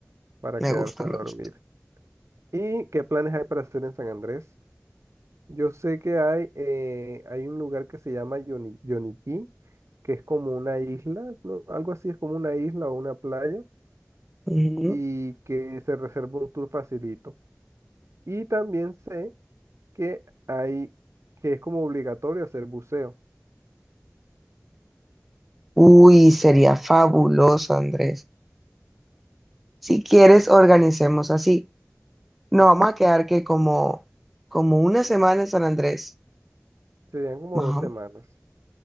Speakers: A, on the right; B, in the centre.
A: para
B: me
A: quedarse
B: gusta,
A: a
B: me
A: dormir.
B: gusta.
A: ¿Y qué planes hay para hacer en San Andrés? Yo sé que hay, eh, hay un lugar que se llama Yoni- Yoniquí, que es como una isla, ¿no? Algo así, es como una isla o una playa,
B: Ujú.
A: y que se reserva un tour facilito. Y también sé que hay, que es como obligatorio hacer buceo.
B: Uy, sería fabuloso, Andrés. Si quieres, organicemos así. Nos vamos a quedar que como, como una semana en San Andrés.
A: Serían como
B: Más
A: dos semanas.
B: o